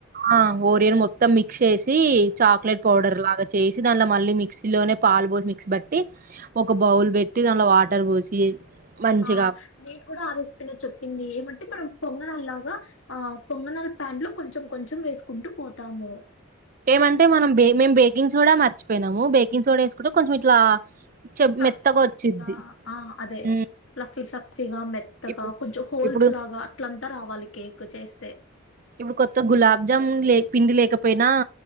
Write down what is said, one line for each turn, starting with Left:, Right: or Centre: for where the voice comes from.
Right: ఆ ఓరియన్ మొత్తం మిక్స్ చేసి చాక్లెట్ పౌడర్
Left: ఆ
Right: లాగా చేస్ సి దాన్ల మళ్ళీ మిక్సీలోనే పాలు పోసి మిక్సీ బట్టి ఒక బౌల్ పెట్టి దాంట్లో వాటర్ పోసి మంచిగా
Left: ఆ నేను కూడా ఆ రెసిపీ నే చెప్పింది ఏమంటే మనం పొంగనాలు లాగా ఆ పొంగణాల ప్యాన్ లో కొంచెం కొంచెం వేసుకుంటూ పోతాము
Right: ఏమంటే మనం బే మేం బేకింగ్ సోడా మర్చిపోయినాము బేకింగ్ సోడా ఏసుకుంటే కొంచెం ఇట్లా చె
Left: ఫ్లఫ్ఫి
Right: మెత్తగా
Left: ఫ్లఫ్టీ
Right: వచ్చిద్ది
Left: గా ఆ అదే
Right: ఉమ్,
Left: ఫ్లఫ్ఫి ఫ్ల ఫీగా మెత్తగా
Right: ఇప్పుడు
Left: కొంచెం హోల్స్
Right: ఇప్పుడు
Left: లాగా అట్లంతా రావాలి కేక్ చేస్ తే
Right: ఇప్పుడు కొత్త గులాబ్ జామున్ లే పిండి లేకపోయినా